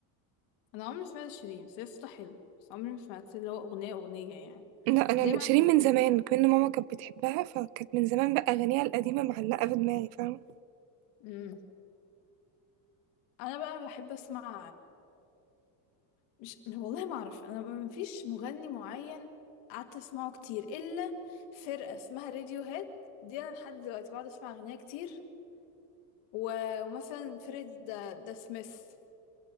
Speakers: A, on the left; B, on the right.
A: انا عمري ما سمعت شيرين بس هي صوتها حلو بس عمري ما سمعت اللي هو اغنية اغنية يعني
B: لا انا
A: دايما
B: من- شيرين
A: ال-
B: من زمان
A: ال-
B: كأن ماما كانت بتحبها فكانت من زمان بقى اغانيها القديمه معلقه في دماغي فاهمه
A: مم. انا بقى بحب اسمع مش والله ما اعرف انا ما فيش مغني معين قعدت اسمعه كتير الا فرقه اسمها راديو هيد دي انا لحد دلوقتي بقعد اسمع اغنيه كتير و- ومثلا فرقه ذا ذا سميث